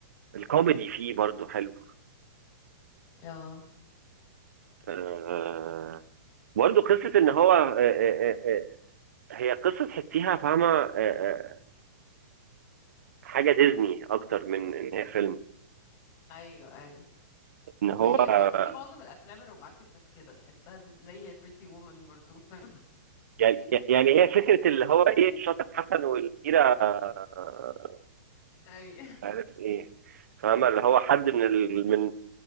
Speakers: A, on the right; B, on the left.
A: الكوميدي فيه برضو حلو
B: اه
A: آه برضو قصة ان هو آه آه آه آه، هي قصة تحسيها فاهمة آه آه حاجة ديزني اكتر من ان هي فيلم
B: ايوه ايوه
A: ان هو
B: ما هي الفترة
A: آه،
B: دي معظم الأفلام الرومانتك كانت كده تحسها دي زي Pretty Woman برضو فاهم
A: يعني يعني هي فكرة اللي هو ايه الشاطر حسن والكبيرة آه،
B: <laughs> أي
A: مش عارف ايه فاهمة اللي هو حد من ال... من